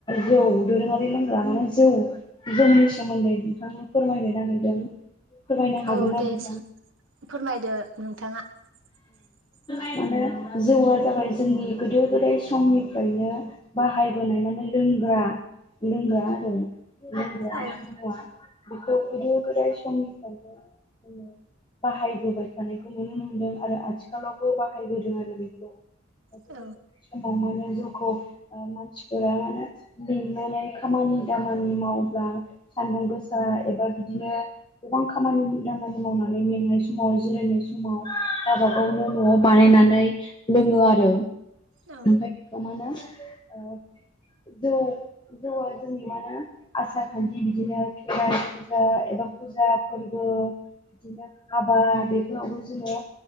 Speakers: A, on the left; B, on the right.
A: जौ दोरोङारि लोंग्रा माने जौ जोंनि सोमोन्दै नोंथांनो फोरमायनो नागिरदों। फोरमायनो हागोन
B: औ
A: ना
B: दे
A: नोंथां
B: फोरमायदो नोंथाङा। <inaudible>
A: माने जौआ जाबाय जोंनि गोदो गोदाय समनिफ्रायनो बाहायबोनाय माने लों ग्रा लोंग्रा आरो लोंग्रा
B: औ
A: बेखौ गोदो गोदाय समनिफ्रायनो बाहायबोबाय थानायखौ नुनो मोनदों आरो आथिखालावबो बाहायबोदों आरो बेखौ गोदो
B: औ
A: गोदाय समाव मान जैखौ मानसिफोरा मानो लिंनानै खामानि दामानि मावब्ला सानदुं गोसा एबा बिदिनो गोबां खामानि दामानि मावनानै मेंनाय समाव जिरायनाय सम गाबाखौनो नआव बानायनानै लोङो आरो।
B: औ
A: ओमफ्राय बेखौ मा होनो? जौ जौआ जोंनि मा होना आसार खान्थि बिदिनो खेराइ फुजा ओ एबा फुजा फोरबो बिदिनो हाबा बेफोरावबो जोङो